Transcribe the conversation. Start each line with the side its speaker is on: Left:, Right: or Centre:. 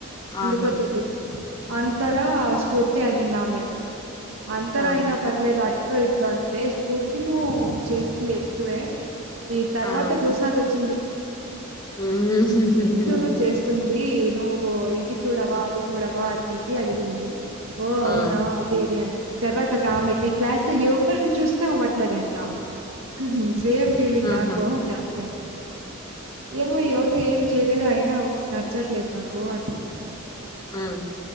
Right: ఎందుకో
Left: ఆహా
Right: తెలీదు అంతరా ఆ స్ఫూర్తి అని అంది ఆమె అంతర
Left: ఆ
Right: అయినా పర్లేదు అ ఇట్లా అం అ స్ఫూర్తి ను్ చే స్తుంది ఎక్కువే ఈ తర్వాత
Left: ఆ
Right: జ్యోస్నాది వోచ్చింది
Left: ఉమ్
Right: కించును చేస్తుంది నువ్వు ఇది చూడవా అది చూడవా అది ఇది అడిగింది ఓ అవునా
Left: ఆ
Right: అదే ఇది అని తర్వాత కామెడీకి క్లాస్ లో ఎవ్వరి నిచూసినా అవ్వట్లేదంటా హుహు సేమ్ ఫీలింగ్
Left: ఆహా
Right: నాకో అని అంటున్న ఏమో ఎవరు ఏం చేయలేదు అయినా నచ్చట్లేదు నాకు అని
Left: ఉమ్